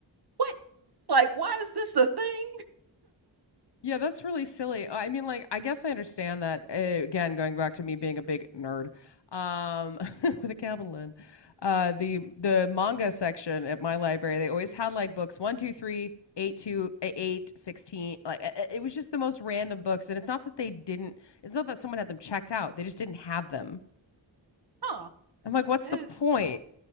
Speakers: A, on the right; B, on the left.
A: what? Like, why is this a thing?
B: Yeah, that's really silly. I mean, like, I guess I understand that. uh, Again, going back to me being a big nerd, um, <laughs> with a capital N, uh, the the manga section at my library, they always had like books one, two, three, eight, two, eh, eight, sixteen. Like, uh, uh, it was just the most random books, and it's not that they didn't. It's not that someone had them checked out. They just didn't have them.
A: Huh?
B: I'm like, what's
A: That
B: the
A: is
B: point?